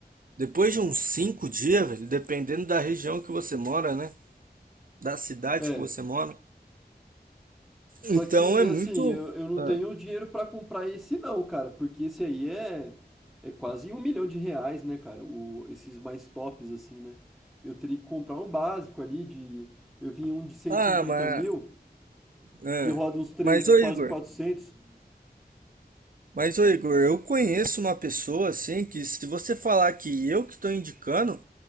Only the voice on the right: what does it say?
depois de uns 5 dias, velho, dependendo da região que você mora, né? Da cidade
que você mora.
Então
é muito.
Ah,
ah,
mas.
ah.
Mas, ô
Igor.
Mas, ô Igor, eu conheço uma pessoa assim que se você falar que eu que estou indicando,